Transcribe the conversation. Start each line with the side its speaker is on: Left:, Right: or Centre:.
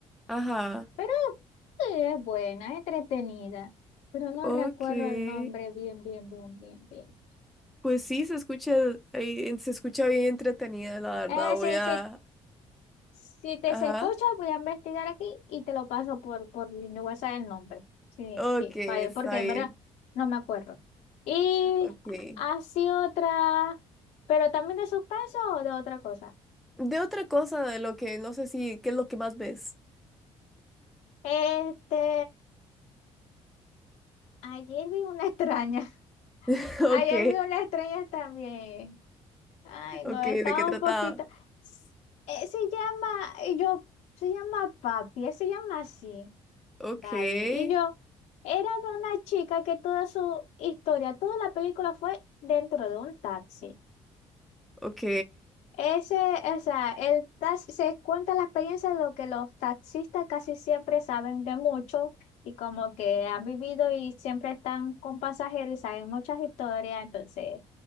Centre: ajá,
Left: pero sí, es buena, es entretenida, pero no
Centre: ok.
Left: recuerdo el nombre bien, bien, bien, bien, bien.
Centre: Pues sí, se escucha, eh, se escucha bien entretenida, la verdad.
Left: Eh,
Centre: Voy
Left: sí,
Centre: a,
Left: sí, Si te
Centre: ajá,
Left: se escucha, voy a investigar aquí y te lo paso por, por mi WhatsApp el nombre. Sí,
Centre: ok,
Left: sí,
Centre: está
Left: pa- porque en
Centre: bien,
Left: verdad no me acuerdo. Y
Centre: ok.
Left: así otra, pero también de suspenso o de otra cosa.
Centre: De otra cosa, de lo que no sé si, ¿qué es lo que más ves?
Left: Este, ayer vi una extraña. <laughs>
Centre: <laughs> Ok,
Left: Ayer vi una extraña también. Ay,
Centre: ok,
Left: no, estaba
Centre: ¿de qué trataba?
Left: un poquito. S- eh, se llama, y yo, se llama Papi, eh, se llama así.
Centre: Ok.
Left: Daddy. Y yo era de una chica que toda su historia, toda la película fue dentro de un taxi.
Centre: Ok.
Left: Ese, o sea, el taxi se cuenta la experiencia de lo que los taxistas casi siempre saben de mucho y como que han vivido y siempre están con pasajeros y saben muchas historias, entonces